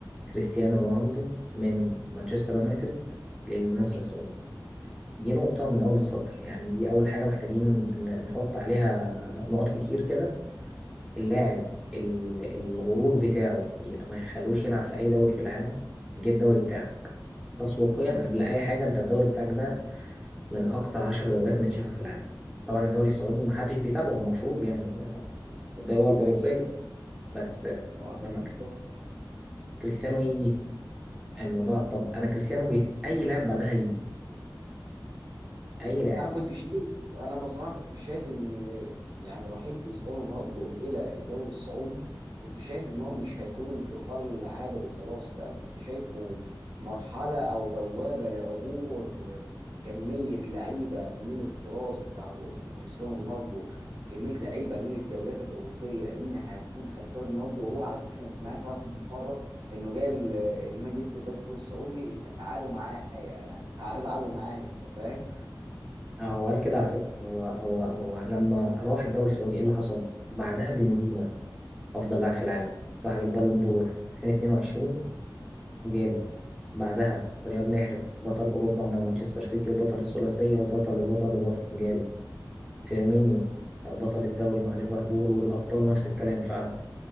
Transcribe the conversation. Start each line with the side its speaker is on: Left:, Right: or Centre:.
Centre: كريستيانو رونالدو من مانشستر يونايتد للنصر السعودي دي نقطة من أول السطر يعني دي أول حاجة محتاجين ن- نحط عليها نقط كتير كده اللاعب ال- الغرور بتاعه ي- ما يخلوش يلعب في اي دوري في العالم جه الدوري بتاعك تسويقيا قبل اي حاجه انت الدوري بتاعك ده من اكتر عشر دوريات متشافه في العالم طبعا الدوري السعودي ما حدش بيتابعه المفروض يعني الدول
Right: ده
Centre: الاوروبيه
Right: اكيد
Centre: بس
Right: اه ده
Centre: لما
Right: اكيد
Centre: ك- كريستيانو يجي الموضوع طب انا كريستيانو جه اي لاعب بعدها يجي اي لاعب
Right: انا كنت شايف انا بصراحه كنت شايف ان يعني رحيل كريستيانو رونالدو الى الدوري السعودي كنت شايف ان هو مش هيكون انتقال عابر وخلاص لا انا كنت شايفه مرحله او بوابه لعبور كميه لعيبه من التراث بتاع رو- كريستيانو رونالدو كميه لعيبه من الدوريات الاوروبيه انها هتكون خلفيه رونالدو وهو على فكره انا سمعتها في مره انه قال آه، ان انا جيت في الدوري السعودي تعالوا معايا يعني تعالوا العبوا معايا انت فاهم
Centre: آه، هو قال كده على فكره هو هو هو لما راح الدوري السعودي ايه اللي حصل بعدها بنزيما افضل لاعب في العالم صاحب البالون دور 2022 جاله بعدها رياض محرز بطل أوروبا مع مانشستر سيتي وبطل الثلاثية وبطل وبطل وبطل جاله فيرمينيو آه، بطل الدوري مع ليفربول والأبطال نفس الكلام ففكرة